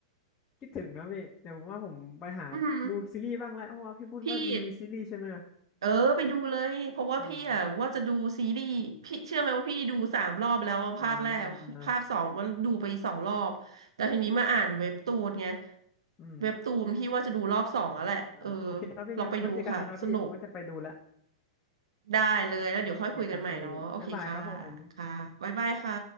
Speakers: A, on the left; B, on the right.
A: คิดถึงนะพี่เดี๋ยวผมว่าผมไปหาดูซีรีส์บ้างแล้วเพราะว่าพี่พูดว่ามันมีซีรีส์ใช่ไหม
B: อืมพี่ เออไปดูเลยเพราะว่าพี่อ่ะว่าจะดูซีรีส์พี่เชื่อไหมว่าพี่ดูสามรอบแล้วอะภาคแรกภาคสองก็ดูไปสองรอบแต่ทีนี้มาอ่านเว็บตูนไง
A: อืมอ่าอืม
B: เว็บตูนพี่ว่าจะดูรอบสองแล้วแหละเออ
A: อ่าโอเคครับพี่งั้นไว้เจอกันนะครับพี่ผมว่าจะไปดูแล้ว
B: ลองไปดูค่ะสนุกได้เลยแล้วเดี๋ยวค่อยคุยกันใหม่เนาะโอเคค่ะ
A: โอเคครับพี่บ๊ายบายครับผม
B: ค่ะบ๊ายบายค่ะ